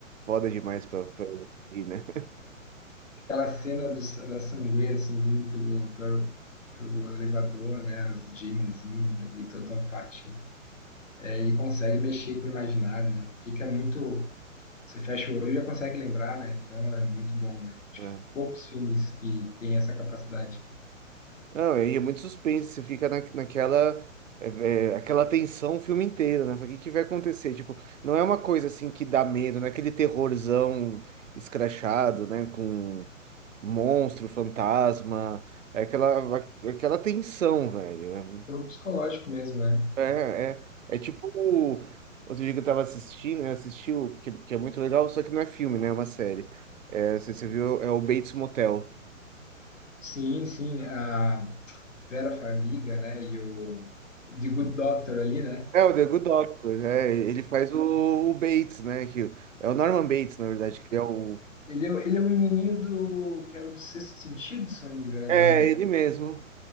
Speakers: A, on the right; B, on the left.
A: foda demais pra, pra ir, né?
B: aquela cena do, sa- da sangueira, assim, vindo pelo, pelo, pelo elevador, né, as gêmeazinhas ali, toda uma parte é, e consegue mexer com o imaginário, né? Fica muito. Você fecha o olho e já consegue lembrar, né? Então é muito bom, né?
A: <laughs>
B: Poucos filmes que têm essa capacidade.
A: Não, e é muito suspense, você fica na, naquela é, é, aquela tensão o filme inteiro, né? Fala, O que que vai acontecer? Tipo, não é uma coisa assim que dá medo, não é aquele terrorzão escrachado, né? Com monstro, fantasma, é aquela, aquela tensão, velho. É, um,
B: É o psicológico mesmo, né?
A: é, é é tipo, o- outro dia que eu tava assistindo, eu assisti, o- que, que é muito legal, só que não é filme, né? É uma série. É, você, você viu, é o Bates Motel.
B: Sim, sim. A Vera Farmiga, né? E o The Good Doctor ali, né?
A: É o The Good Doctor, é, ele faz o, o Bates, né? Que é o Norman Bates, na verdade, que ele é o.
B: Ele é, o- ele é o menininho do. que era do Sexto Sentido, se eu não me engano,
A: É,
B: né?
A: ele mesmo.